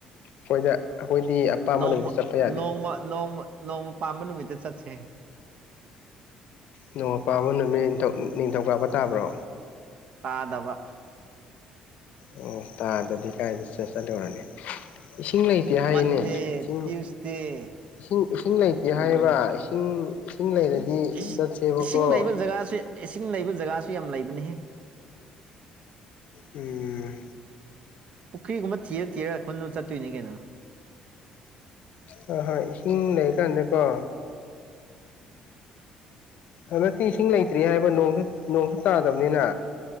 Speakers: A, on the left; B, on the right.
A: ꯑꯩꯈꯣꯏꯗ ꯑꯩꯈꯣꯏꯗꯤ
B: ꯅꯣ
A: ꯑꯄꯥꯝꯕ
B: ꯅꯣꯡꯃ
A: ꯅꯨꯃꯤꯠꯇ ꯆꯠꯄ ꯌꯥꯗꯦ
B: ꯅꯣꯡꯃ ꯅꯣꯡꯃ ꯅꯣꯡꯃ ꯄꯥꯟꯕꯥ ꯅꯨꯃꯤꯠꯇ ꯆꯠꯁꯤ ꯍꯦ
A: ꯅꯣꯡꯃꯥ ꯄꯥꯟꯕ ꯅꯨꯃꯤꯠ ꯅꯤꯡꯊꯧ ꯅꯤꯅꯤꯡꯊꯧꯀꯥꯕ ꯇꯥꯕ꯭ꯔꯣ
B: ꯌꯥꯥꯗꯕ
A: ꯑꯣ ꯇꯥꯗꯗꯤ ꯀꯥꯏꯗ ꯆꯠ ꯆꯠꯂꯨꯔꯒꯦ ꯏꯁꯤꯡ ꯂꯩꯇꯦ
B: ꯃꯟꯗꯦ
A: ꯍꯥꯏꯌꯦꯅꯦ ꯏꯁꯤꯡ
B: ꯇ꯭ꯌꯨꯁꯗꯦ
A: ꯏꯁꯤꯡ ꯏꯁꯤꯡ ꯂꯩꯇꯦ
B: ꯎꯝ
A: ꯍꯥꯏꯌꯦꯕ ꯏꯁꯤꯡ ꯏꯁꯤꯡ ꯂꯩꯔꯗꯤ
B: ꯏꯁ
A: ꯆꯠꯁꯦꯕꯀꯣ
B: ꯏꯁꯤꯡ ꯂꯩꯕ ꯖꯒꯥꯁꯦ ꯏꯁꯤꯡ ꯂꯩꯕ ꯖꯒꯥꯁꯨ ꯌꯥꯝ ꯂꯩꯕꯅꯤꯍꯦ
A: ꯎꯝ
B: ꯄꯨꯈ꯭ꯔꯤꯒꯨꯝꯕ ꯊꯤꯔ ꯊꯤꯔꯒ ꯈꯨꯨꯟꯕ ꯆꯠꯇꯣꯏꯅꯤ ꯀꯩꯅꯣ
A: ꯍꯣꯏ ꯍꯣꯏ ꯏꯁꯤꯡ ꯂꯩꯔꯀꯥꯟꯗꯀꯣ ꯍꯟꯗꯛꯇꯤ ꯏꯁꯤꯡ ꯂꯩꯇ꯭ꯔꯤ ꯍꯥꯏꯕ ꯅꯣꯡꯁꯨ ꯅꯣꯡꯁꯨ ꯇꯥꯗꯕꯅꯤꯅ